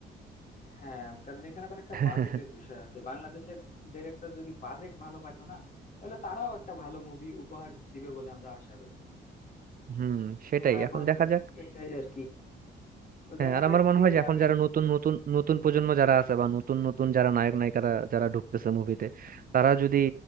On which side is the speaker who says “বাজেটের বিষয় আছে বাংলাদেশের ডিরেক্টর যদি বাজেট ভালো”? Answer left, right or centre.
Left